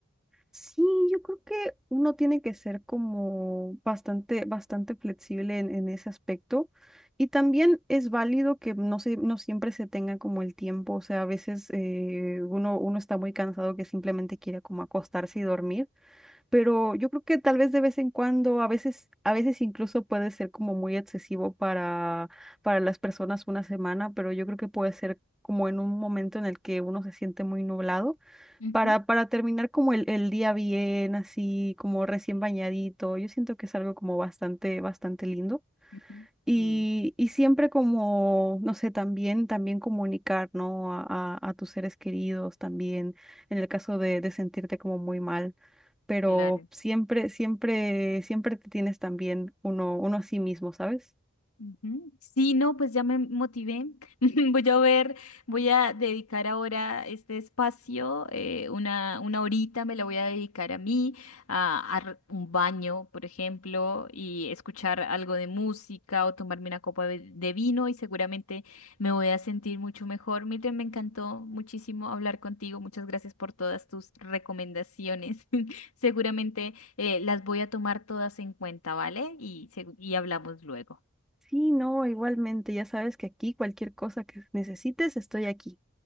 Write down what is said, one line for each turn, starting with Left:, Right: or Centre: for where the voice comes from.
Centre: Sí, yo creo que uno tiene que ser como bastante, bastante flexible en, en ese aspecto. Y también es válido que no se, no siempre se tenga como el tiempo. O sea, a veces eh, uno, uno está muy cansado que simplemente quiere como acostarse y dormir. pero yo creo que tal vez de vez en cuando, a veces, a veces incluso puede ser como muy excesivo para, para las personas una semana, pero yo creo que puede ser como en un momento en el que uno se siente muy nublado,
Left: Ujú,
Centre: para, para terminar como el, el día bien, así como recién bañadito. Yo siento que es algo como bastante, bastante lindo.
Left: ujú,
Centre: Y,
Left: Sí.
Centre: y siempre como, no sé, también, también comunicar, ¿no? A, a- a tus seres queridos también, en el caso de, de sentirte como muy mal. Pero
Left: Claro.
Centre: siempre, siempre, siempre te tienes también uno, uno a sí mismo, ¿sabes?
Left: Ujú. Sí, no, pues ya me motivé. <laughs> Voy a ver, voy a dedicar ahora este espacio, eh, una, una horita me la voy a dedicar a mí, a, a r- un baño, por ejemplo, y escuchar algo de música o tomarme una copa de, de vino y seguramente me voy a sentir mucho mejor. Miren, me encantó muchísimo hablar contigo. Muchas gracias por todas tus recomendaciones. <laughs> Seguramente eh, las voy a tomar todas en cuenta, ¿vale? Y, segu- y hablamos luego.
Centre: Sí, no, igualmente, ya sabes que aquí cualquier cosa que necesites, estoy aquí.